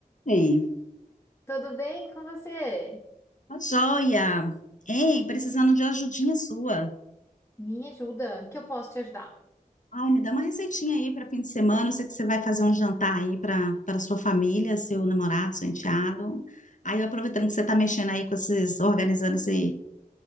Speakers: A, on the left; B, on the left.
A: Ei,
B: Tudo bem com você?
A: tá joia. Ei, precisando de uma ajudinha sua.
B: Me ajuda, que eu posso te ajudar.
A: Ai, me dá uma receitinha aí para fim de semana. Eu sei que você vai fazer um jantar aí para para sua família, seu namorado, seu enteado. Aí, eu aproveitando que você tá mexendo aí com esses, organizando esse,